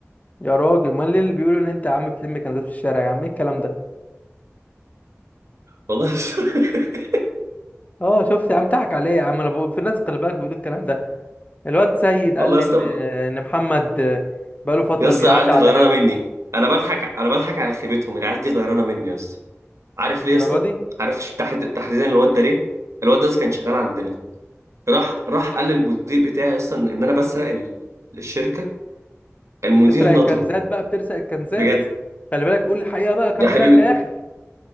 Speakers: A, on the left (about 30°); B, on the right (about 75°).
A: يا راجل ما اللي بيقولوا ان انت يا عم بتلم كنزات في الشارع يا عم ايه الكلام ده
B: والله يا اسطى-
A: اه شفت يا عم ضحك عليا يا عم انا بقول في الناس خلي بالك بيقولوا الكلام ده الواد سيد
B: <laughs> والله
A: قال لي
B: يا اسطى
A: ان ان محمد بقاله فتره
B: يا اسطى
A: بيعدي
B: العيال دي
A: على
B: غيرانه
A: هاوي
B: مني انا بضحك انا بضحك على خيبتهم العيال دي غيرانه مني يا اسطى عارف
A: الدرجه
B: ليه يا اسطى
A: دي
B: عارف ش- تحديد- تحديدا الواد ده ليه الواد ده كان شغال عندنا راح راح قال للمدير بتاعي يا اسطى ان إن انا بسرق ال- الشركه المدير
A: تسرق الكنزات
B: نطره
A: بقى بتسرق الكنزات
B: بجد
A: خلي بالك قول الحقيقه بقى كملها
B: يا حبيبي
A: للاخر